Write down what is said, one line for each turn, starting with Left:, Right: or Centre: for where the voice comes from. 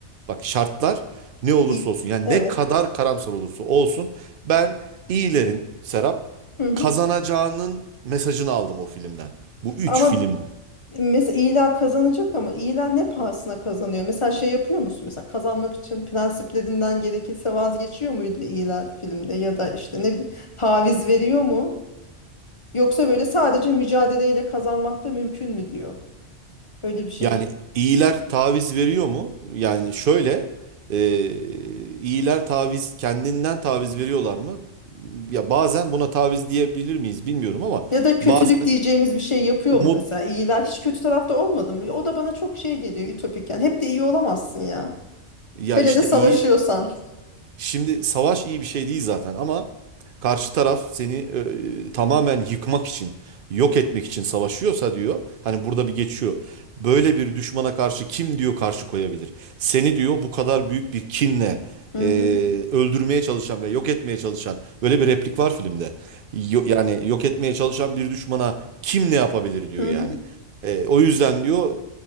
Right: Bak şartlar ne olursa
Left: İ-
Right: olsun. Yani
Left: Evet.
Right: ne kadar karamsar olursa olsun. Ben iyilerin Serap
Left: Hı hı.
Right: kazanacağının mesajını aldım o filmden. Bu üç
Left: Ama
Right: filmden.
Left: mesela ilan kazanacak ama ilan ne pahasına kazanıyor? Mesela şey yapıyor musun? Mesela kazanmak için prensiplerinden gerekirse vazgeçiyor muydu ilan filmde ya da işte ne bileyim taviz veriyor mu? Yoksa böyle sadece mücadeleyle kazanmak da mümkün mü diyor? Öyle bir şey.
Right: Yani iyiler taviz veriyor mu? Yani şöyle e, iyiler taviz kendinden taviz veriyorlar mı? Ya bazen buna taviz diyebilir miyiz bilmiyorum ama
Left: Ya da kötülük
Right: bazen
Left: diyeceğimiz bir şey yapıyor
Right: umut
Left: mu mesela? İlan hiç kötü tarafta olmadı mı? O da bana çok şey geliyor ütopik yani. Hep de iyi olamazsın ya.
Right: Ya
Left: Hele
Right: işte
Left: de savaşıyorsan.
Right: iyi. Şimdi savaş iyi bir şey değil zaten ama karşı taraf seni e, tamamen yıkmak için, yok etmek için savaşıyorsa diyor. Hani burada bir geçiyor. Böyle bir düşmana karşı kim diyor karşı koyabilir? Seni diyor bu kadar büyük bir kinle
Left: Hı
Right: e,
Left: hı.
Right: öldürmeye çalışan ve yok etmeye çalışan böyle bir replik var filmde. Yo- yani yok etmeye çalışan bir düşmana kim ne yapabilir diyor
Left: Hı
Right: yani.
Left: hı.
Right: E, o yüzden diyor